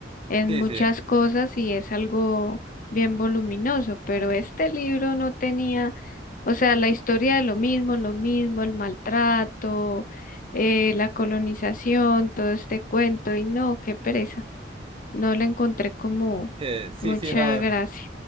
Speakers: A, on the left; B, on the right.
A: en
B: sí,
A: muchas
B: sí,
A: cosas y es algo bien voluminoso, pero este libro no tenía, o sea, la historia de lo mismo, lo mismo, el maltrato, eh, la colonización, todo este cuento, y no, qué pereza, no le encontré como
B: eh, sí,
A: mucha
B: sí, no.
A: gracia,